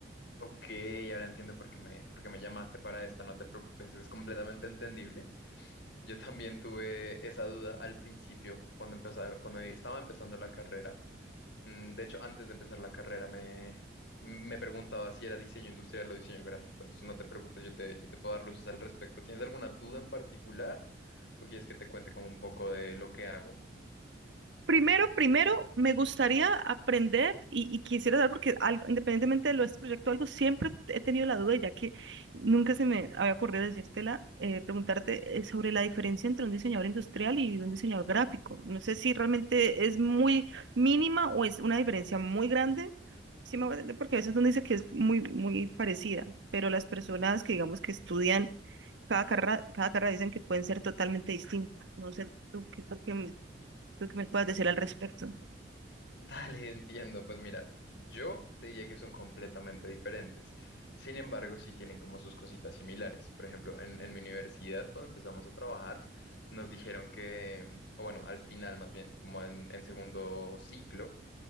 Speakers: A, on the left (about 70°); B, on the right (about 75°).
A: Ok, ahora entiendo por qué me, por qué me llamaste para esto, no te preocupes, es completamente entendible. Yo también tuve esa duda al principio, cuando empezaba, cuando estaba empezando la carrera. Mm, De hecho, antes de empezar la carrera me, me preguntaba si era diseño industrial o diseño gráfico, entonces no te preocupes, yo te, yo te puedo dar luces al respecto. ¿Tienes alguna duda en particular o quieres que te cuente como un poco de lo que hago?
B: Primero, primero, me gustaría aprender y, y quisiera saber, porque algo- independientemente de lo de este proyecto, algo siempre he tenido la duda, y ya que nunca se me había ocurrido decírtela, eh, preguntarte eh, sobre la diferencia entre un diseñador industrial y un diseñador gráfico. No sé si realmente es muy mínima o es una diferencia muy grande. Sí, me voy a entender, porque a veces uno dice que es muy, muy parecida, pero las personas que digamos que estudian cada carrera, cada carrera dicen que pueden ser totalmente distintas. No sé, tú qué, tú qué ¿Tú qué me puedes decir al respecto?
A: <laughs> Dale, entiendo. Pues mira, yo te diría que son completamente diferentes. Sin embargo, sí tienen como sus cositas similares. Por ejemplo, en, en mi universidad, cuando empezamos a trabajar, nos dijeron que, o bueno, al final más bien, como en, en segundo ciclo,